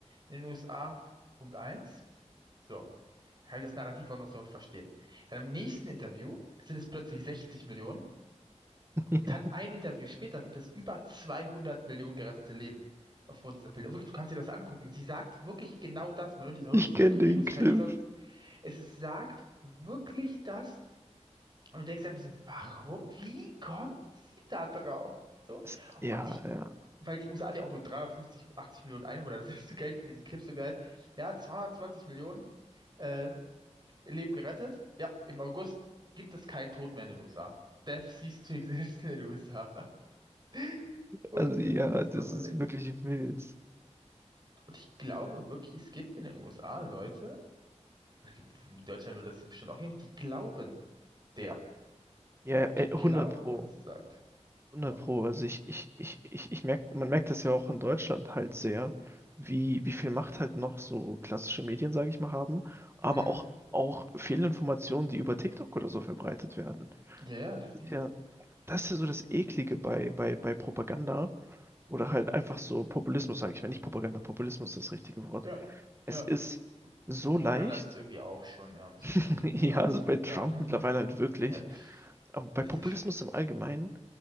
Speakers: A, on the right; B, on the right.
A: in den USA. Punkt eins So, Kann ich das Narrativ auch noch so verstehen. Dann im nächsten Interview sind es plötzlich 60 Millionen
B: <laughs>
A: und dann ein Interview später sind es über 200 Millionen gerettete Leben aufgrund dieser Bilder. Wirklich, du kannst dir das angucken. Sie sagt wirklich genau das. Man hört jetzt, oh,
B: ich
A: es ist
B: kenne
A: übertrieben,
B: den
A: es
B: Clip.
A: ist KI. sonst Es ist, sagt wirklich das und du denkst einfach so, warum, wie kommt sie da drauf? So.
B: Es, ja,
A: Und ich,
B: ja,
A: weil die USA hat ja auch nur 350, 80 Millionen Einwohner, das ist so geil, für diesen Clip so geil. Ja, 220 Millionen. Äh, ihr Leben gerettet. Ja, im August gibt es keinen Tod mehr in den USA. Death ceased to exist in den USA. <laughs> Und
B: Also
A: das
B: ja,
A: ist
B: das
A: so.
B: ist
A: le-
B: wirklich wild.
A: Und ich glaube wirklich, es gibt in den USA Leute, es gibt- in Deutschland würde das bestimmt auch geben, die glauben der.
B: ja. Ja, äh,
A: Die
B: 100
A: glauben
B: Pro.
A: der, was sagt.
B: Hundert
A: So.
B: Pro. Also ich, ich, ich, ich, ich merk, man merkt das ja auch in Deutschland halt sehr, wie, wie viel Macht halt noch so klassische Medien, sage ich mal, haben, aber
A: Mhm.
B: auch, auch Fehlinformationen, die über TikTok oder so verbreitet werden.
A: Ja, ja, definitiv.
B: ist Ja, das ist ja so das Eklige bei, bei, bei Propaganda oder halt einfach so Populismus, sage ich mal. Nicht Propaganda, Populismus ist das richtige Wort.
A: Ja,
B: Es
A: ja.
B: ist so
A: Propaganda
B: leicht,
A: ist es irgendwie auch schon, ja, muss
B: <laughs>
A: man aus.
B: ja,
A: Beides.
B: also bei Trump
A: Ja. <laughs>
B: mittlerweile halt wirklich,
A: Ja.
B: aber bei
A: Es
B: Populismus
A: ist schon.
B: im Allgemeinen